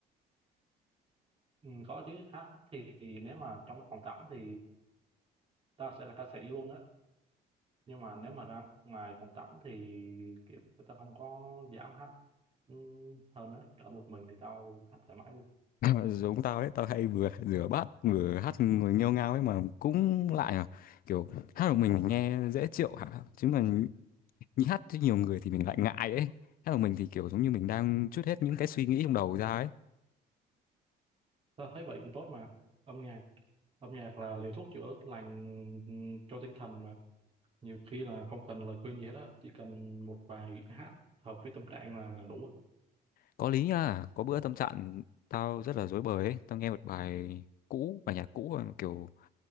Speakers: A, on the right; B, on the left.
A: ừ, có chứ hát thì nếu mà trong phòng tắm thì tao sẽ là ca sĩ luôn á nhưng mà nếu mà ra ngoài phòng tắm thì kiểu tao không có dám hát ừ, hơn á ở một mình thì tao hát thoải mái luôn
B: <laughs> giống tao đấy tao hay vừa rửa bát vừa hát người nghêu ngao ấy mà cũng lại à kiểu hát một mình mình nghe dễ chịu hả chứ mà nhí hát với nhiều người thì mình lại ngại ấy hát một mình thì kiểu giống như mình đang trút hết những cái suy nghĩ trong đầu ra ấy
A: ta thấy vậy cũng tốt mà âm nhạc âm nhạc là liều thuốc chữa lành ừm, cho tinh thần mà nhiều khi là không cần lời khuyên gì hết á chỉ cần một vài hát hợp với tâm trạng là đủ rồi.
B: Có lý nha, có bữa tâm trạng tao rất là rối bời ấy, tao nghe một bài cũ, bài nhạc cũ mà kiểu